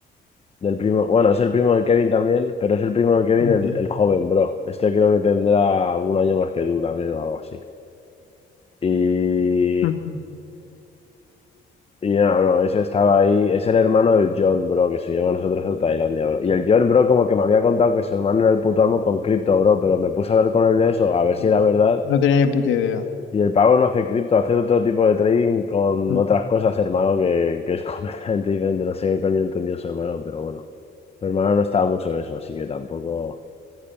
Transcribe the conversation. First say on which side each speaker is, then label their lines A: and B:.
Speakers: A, on the left; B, on the left.
A: del primo. Bueno, es el primo de Kevin también, pero es el primo de Kevin
B: Ujú,
A: el, el joven, bro. Este creo que tendrá un año más que tú también o algo así. Y,
B: ujú,
A: y nada, bro, ese estaba ahí. Es el hermano del John, bro, que se llevó a nosotros a Tailandia, bro. Y el John, bro, como que me había contado que su hermano era el puto amo con cripto, bro, pero me puse a hablar con él de eso, a ver
B: sí.
A: si era verdad.
B: No tenía ni puta idea.
A: Y el pavo no hace cripto, hace otro tipo de trading con
B: Mm.
A: otras cosas, hermano, que, que es <laughs> completamente diferente. No sé qué coño entendió su hermano, pero bueno. Mi hermano no estaba mucho en eso, así que tampoco,